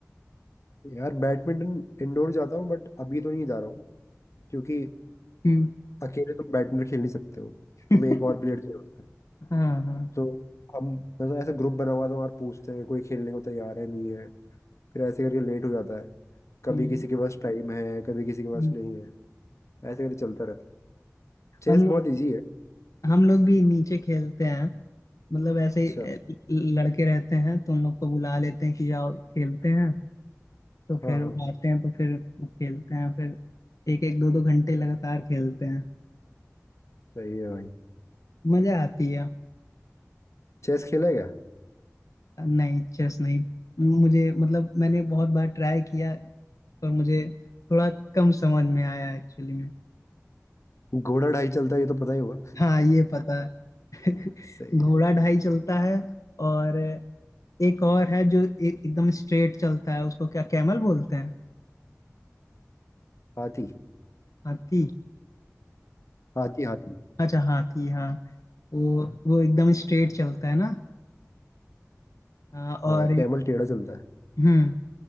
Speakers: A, on the left; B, on the left.
A: यार बैडमिंटन इंडोर जाता हूँ बट अभी तो नहीं जा रहा हूँ क्योंकि
B: हम्म
A: अकेले तुम बैडमिंटन खेल नहीं सकते हो
B: <laughs>
A: तुम्हें एक और प्लेयर चाहिए होता है
B: हाँ हाँ
A: तो हम मतलब ऐसे ग्रुप बना हुआ था और पूछते हैं कोई खेलने को तैयार है नहीं है फिर ऐसे करके लेट हो जाता है कभी
B: हम्म,
A: किसी के पास टाइम है कभी किसी के पास
B: हम्म।
A: नहीं है ऐसे करके चलता रहता है चेस
B: हम लोग
A: बहुत इजी है
B: हम लोग भी नीचे खेलते हैं मतलब ऐसे
A: अच्छा
B: ही अ, लड़के रहते हैं तो उन लोग को बुला लेते हैं कि जाओ खेलते हैं तो
A: हाँ
B: फिर
A: हाँ
B: वो आते हैं तो फिर खेलते हैं फिर एक एक दो दो घंटे लगातार खेलते हैं
A: सही है भाई
B: मजा आती है
A: चेस खेला क्या
B: नहीं चेस नहीं मुझे मतलब मैंने बहुत बार ट्राई किया पर मुझे थोड़ा कम समझ में आया एक्चुअली में
A: घोड़ा ढाई चलता है ये तो पता ही होगा
B: हाँ ये पता है
A: <laughs>
B: <laughs>
A: सही
B: घोड़ा
A: है
B: ढाई चलता है और एक और है जो ए- एकदम स्ट्रेट चलता है उसको क्या कैमल बोलते हैं
A: हाथी
B: हाथी
A: हाथी हाथी
B: अच्छा हाथी हाँ वो वो एकदम स्ट्रेट चलता है ना हाँ, और
A: हाँ
B: एक
A: कैमल टेढ़ा चलता है
B: हम्म